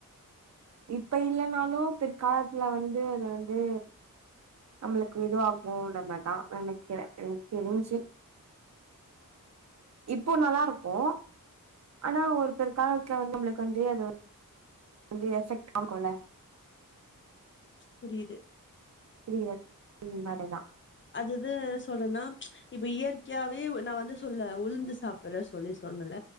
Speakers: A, on the right; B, on the left.
A: இப்ப இல்லனாலு பிற்காலத்துல வந்து அத வந்து நம்மளுக்கு இதுவாக்கோன்ற மாரி தா நெனைக்கே எனக்கு தெரிஞ்சு இப்போ நல்லா இருக்கோ ஆனா ஒரு பிற்காலத்துல வந்து நம்மளுக்கு வந்து அது வ ந்து எஃபெக்ட் ஆகுல்ல
B: புரியிது
A: இனிமேதா இன்மேட்டு தா
B: அதுதா என்ன சொல்றன்னா இப்ப இயற்கையாவே வ நா வந்து சொல்ல உளுந்து சாப்புற சொல்லி சொன்னல